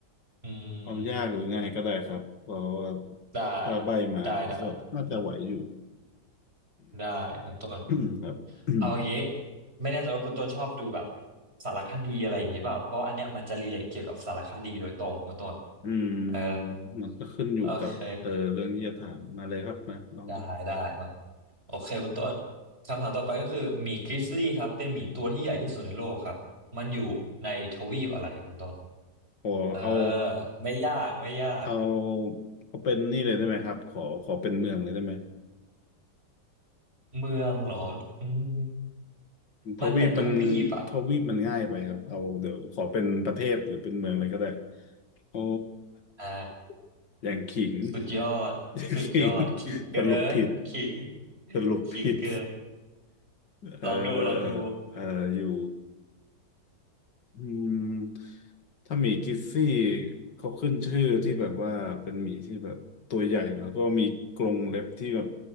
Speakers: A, on the right (about 35°); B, on the left (about 80°).
A: อืม
B: เอายากหรือง่ายก็ได้ครับเพราะว่า
A: ได้
B: ถ้าใบมาก็น่าจะไหวอยู่
A: ได้ได้ได้คุณต้น
B: <coughs> ครับ <coughs>
A: เอางี้ไม่แน่ใจว่าคุณต้นชอบดูแบบสารคดีอะไรอย่างนี้เปล่าเพราะอันเนี้ยมันจะรีเลทเกี่ยวกับสารคดีโดยตรงคุณต้น
B: อืม
A: เออ
B: มันก็ขึ้นอยู่กับเออเรื่องที่จะถามมาเลยครับมาลองดู
A: โอเคได้ได้มาโอเคคุณต้นคำถามต่อไปก็คือหมีกริซลี่ครับเป็นหมีตัวที่ใหญ่ที่สุดในโลกครับมันอยู่ในทวีปอะไรคุณต้น
B: ขอเอา
A: เออไม่ยากไม่ยาก
B: เอาเอาเป็นนี่เลยได้ไหมครับขอขอเป็นเมืองเลยได้ไหม
A: เมืองเหรออืม
B: ทวีปมัน
A: มันเป็นทวีปอ่ะ
B: ทวีปมันง่ายไปครับเอาเดี๋ยวขอเป็นประเทศหรือเป็นเมืองเลยก็ได้โอ้
A: อ่า
B: <coughs> อย่างขิง
A: สุดยอด
B: <coughs> <laughs> อย่างขิง
A: สุดยอดขิงเกินขิง
B: <coughs> สรุปผิด สรุปผิด
A: ขิงเกิน
B: เอ่
A: ลองดู ลองดู
B: อเอออยู่ อืมถ้าหมีกิซซี่เขาขึ้นชื่อที่แบบว่าเป็นหมีที่แบบตัวใหญ่แล้วก็มีกรงเล็บที่แบบ